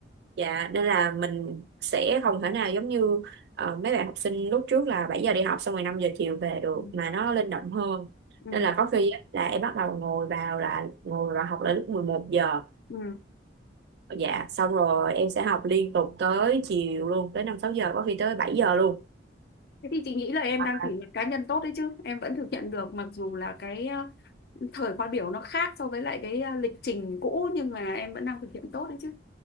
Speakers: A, on the right (about 60°); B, on the left (about 55°).
A: dạ nên là mình sẽ không thể nào giống như ờ, mấy bạn học sinh lúc trước là 7 giờ đi học xong rồi 5 giờ chiều về được
B: ừ.
A: mà nó linh động hơn
B: Ừ.
A: nên là có khi á, là em bắt đầu ngồi vào là ngồi vào học là lúc mười một giờ
B: Ừ.
A: dạ xong rồi em sẽ học liên tục tới chiều luôn tới năm sáu giờ có khi tới 7 giờ luôn
B: Thế thì chị nghĩ là em
A: hoặc
B: đang kỷ
A: là
B: luật cá nhân tốt đấy chứ em vẫn thực hiện được mặc dù là cái ờ, thời khóa biểu nó khác so với lại cái ờ, lịch trình cũ nhưng mà em vẫn đang thực hiện tốt đấy chứ